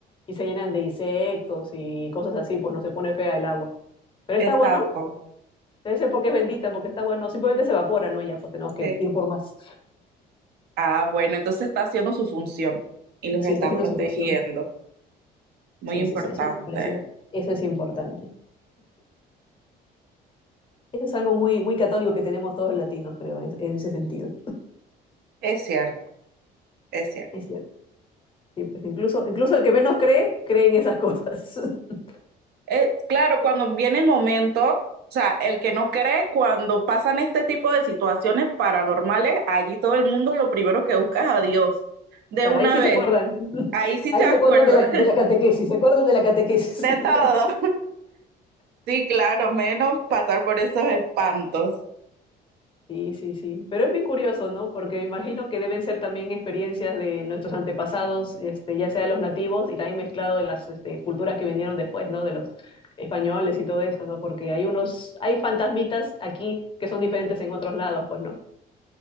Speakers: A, on the left (about 30°); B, on the right (about 70°).
A: y se llenan de insectos y cosas así, pues no se pone fea el agua. Pero
B: exacto.
A: esta agua no, debe ser porque es bendita, porque esta agua no, simplemente se evapora, ¿no? Ya, pues tenemos que
B: Sí.
A: ir por más.
B: Ah, bueno, entonces está haciendo su función y los
A: Sí,
B: está
A: está haciendo
B: protegiendo.
A: su función.
B: Muy
A: Sí,
B: importante.
A: sí, sí, eso me parecía. Eso es importante. Eso es algo muy, muy católico que tenemos todos los latinos, creo, en, en ese sentido.
B: Es cierto, es cierto.
A: Es cierto. Sí, pues incluso, incluso el que menos cree, cree en esas cosas. <laughs>
B: Eh, claro, cuando viene el momento, o sea, el que no cree, cuando pasan este tipo de situaciones paranormales, allí todo el mundo lo primero que busca es a Dios. De
A: Claro,
B: una
A: ahí sí
B: vez,
A: se acuerdan. <laughs>
B: ahí sí
A: Ahí
B: se
A: se
B: acuerda
A: acuerdan de la, de la catequesis, se acuerdan de la catequesis.
B: <laughs> de
A: <laughs>
B: todo. Sí, claro, menos pasar por esos espantos.
A: Sí, sí, sí. Pero es bien curioso, ¿no? Porque me imagino que deben ser también experiencias de nuestros antepasados, este, ya sea de los nativos y también mezclado de las este, culturas que vinieron después, ¿no? De los españoles y todo eso, ¿no? Porque hay unos, hay fantasmitas aquí que son diferentes en otros lados, pues, ¿no?